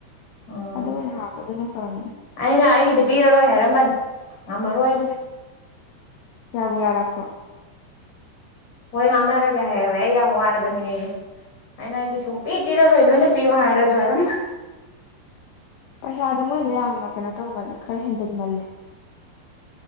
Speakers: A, on the left; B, on the left.
A: ꯎꯝ
B: ꯑꯗꯨ ꯑꯣꯏꯅ ꯍꯥꯞꯄ ꯑꯗꯨꯅ ꯐꯔꯝꯅꯤ
A: ꯑꯩꯅ ꯑꯩꯒꯤꯗꯤ ꯄꯤꯔꯔꯣꯏ ꯍꯥꯏꯔꯝꯕꯅꯦ ꯉꯝꯃꯔꯣꯏꯅ
B: ꯌꯥꯕꯨ ꯌꯥꯔꯛꯄ꯭ꯔꯣ
A: ꯃꯣꯏ ꯉꯥꯡꯅꯔꯒꯦ ꯍꯥꯏꯌꯧꯋꯦ ꯑꯩ ꯌꯥꯝ ꯋꯥꯔꯕꯅꯦ ꯑꯩꯅꯗꯤ ꯁꯨꯡ ꯄꯤ ꯄꯤꯔꯔꯣꯏ ꯅꯣꯏꯅ ꯄꯤꯌꯣ ꯍꯥꯏꯔꯁꯨ ꯍꯥꯏꯔꯝꯕ
B: ꯄꯩꯁꯥꯗꯣ ꯃꯣꯏꯗꯣ ꯌꯥꯝꯅ ꯀꯩꯅꯣ ꯇꯧꯃꯜꯂꯦ ꯈꯔ ꯍꯦꯟꯖꯤꯟꯃꯜꯂꯦ